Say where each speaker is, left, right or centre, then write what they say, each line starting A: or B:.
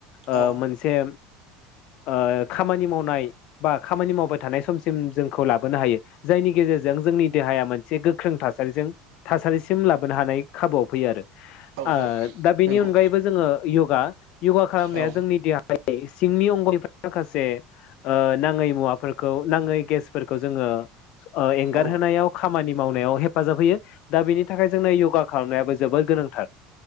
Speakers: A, on the right; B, on the left.
A: औ
B: ओ मोनसे ओ खामानि मावनाय बा खामानि मावबाय थानाय समसिम जोंखौ लाबोनो हायो जायनि गेजेरजों जोंनि देहाया मोनसे गोख्रों थासारिजों थासारिसिम लाबोनो हानाय खाबुआव फैयो आरो
A: औ
B: ओ
A: औ
B: दा बेनि
A: नंगौ
B: अनगायैबो जोङो योगा योगा खालामनाया
A: औ
B: जोंनि देहाय <inaudible> सिंनि अंग'निफ्राय माखासे ओ नाङै मुवाफोरखौ नाङै गेसफोरखौ जोङो ओ एंगारहोनायाव
A: औ
B: खामानि मावनायाव हेफाजाब होयो। दा बिनि थाखाय जोंना य'गा खालामनायाबो जोबोर गोनांथार।